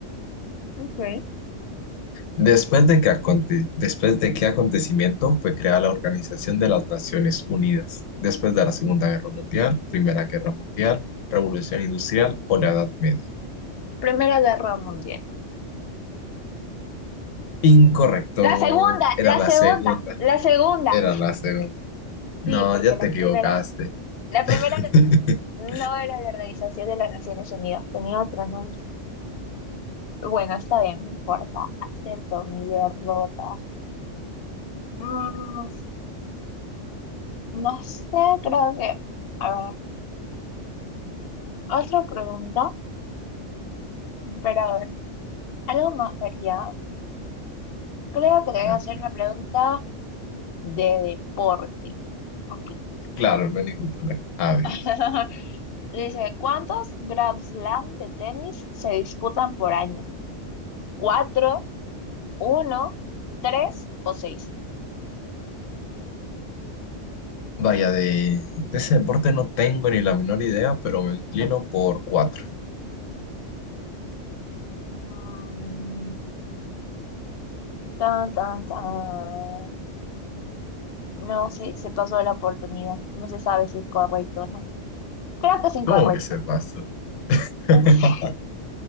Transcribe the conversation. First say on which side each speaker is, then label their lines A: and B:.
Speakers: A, on the left (about 60°); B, on the left (about 85°).
A: Ok.
B: Después de que aconte- después de qué acontecimiento fue creada la Organización de las Naciones Unidas, después de la Segunda Guerra Mundial, Primera Guerra Mundial, Revolución Industrial o la Edad Media.
A: Primera Guerra Mundial.
B: Incorrecto,
A: La segunda,
B: era
A: la
B: la
A: segunda,
B: segunda,
A: la segunda.
B: era la segunda. No,
A: Sí, porque
B: ya
A: la
B: te equivocaste.
A: primera, la primera
B: <laughs>
A: no era la Organización de las Naciones Unidas, tenía otro nombre. Bueno, está bien, no importa. Acepto mi derrota. Mm, No sé, creo que, a ver, otra pregunta, pero a ver, algo más variado. Creo que te voy
B: No,
A: a
B: ok.
A: hacer una pregunta de deporte. Ok.
B: Claro, no hay ningún problema. A ver,
A: <laughs> Dice, ¿cuántos Grand Slam de tenis se disputan por año? ¿Cuatro, uno, tres o seis?
B: vaya, de, de ese deporte no tengo ni la menor idea, pero me inclino por cuatro.
A: Mm, tan, tan, tan. No sé, se pasó la oportunidad. No se sabe si es correcto o no. Creo que es incorrecto.
B: ¿Cómo que se pasó? <laughs>
A: <laughs>